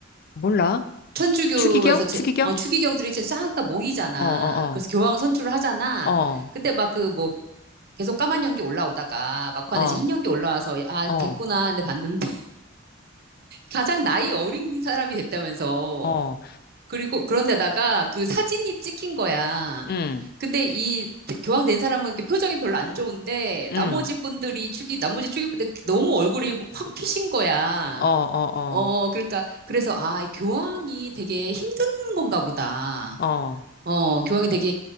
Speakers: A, on the left; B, on the right.
A: 몰라.
B: 천주교에서
A: 추기경?
B: 제,
A: 추기경?
B: 어, 추기경들이 이제 싹 다 모이잖아.
A: 어, 어,
B: 그래서 교황 선출을 하잖아.
A: 어,
B: 근데 막 그 뭐, 계속 까만 연기 올라오다가 막판에
A: 어, 어,
B: 이제 흰 연기 올라와서 아
A: 어,
B: 됐구나 근데 봤는데 <laughs> 가장 나이 어린 사람이 됐다면서
A: 어,
B: 그리고 그런데다가 그 사진이 찍힌 거야.
A: 응,
B: 근데 이 대- 교황된 사람은 이렇게 표정이 별로 안 좋은데
A: 응,
B: 나머지 분들이 축이 나머지 축이 분들 너무 얼굴이 확 피신 거야.
A: 어, 어,
B: 어 그러니까 그래서 아이 교황이 되게 힘든 건가 보다.
A: 어, 어,
B: 어 교황이 되게